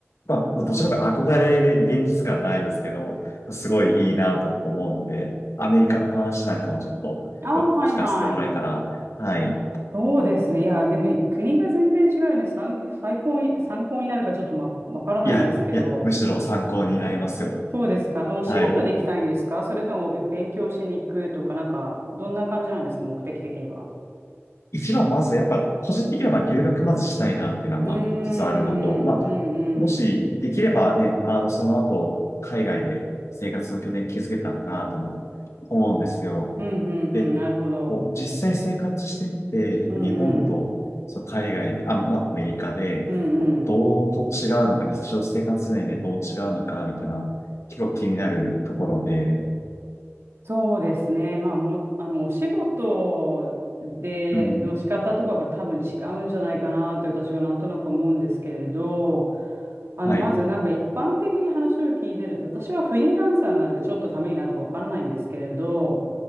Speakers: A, on the left; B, on the right.
A: まあ、もうどちらかというと憧れで現実感ないですけど、すごいいいなとは思うので、アメリカの話なんかもちょっとよく聞かせてもらえたら、
B: ああ、はいはい。
A: はい。
B: そうですね。いや、でもい国が全然違うよね。参最高に、参考になるかちょっとわ、わからないんですけど、
A: いや、いや、むしろ参考になりますよ。
B: そうですか。あのお仕事で行きたいんですかそれともおべ勉強しに行くとか、
A: はい。
B: なんか、どんな感じなんですか目的的には。
A: 一番まずやっぱ個人的にはまあ留学まずしたいなっていうのはまあ一つあるのと、
B: うーん、
A: まあもしできればね、
B: うん、うん
A: あのその後海外で生活の拠点築けたらなとも思うんですよ。
B: うん、うん、
A: で、
B: うん、なるほど。
A: こう実際生活してみて、やっぱ日本とその海外で、
B: うん、うん、
A: あ、まあアメリカでこうどう違うのか、
B: うん、うん。
A: 日常生活面でどう違うのかみたいな結構気になるところで、
B: そうですね。まあ、も、あの、お仕事での仕方とかが多分違うんじゃないかなって私はなんとなく思うんですけれど、
A: うん、
B: あの、
A: はい、
B: まずなんか一般的に話を聞いてると、私はフリーランサーなのでちょっとためになるかわからないんですけれど、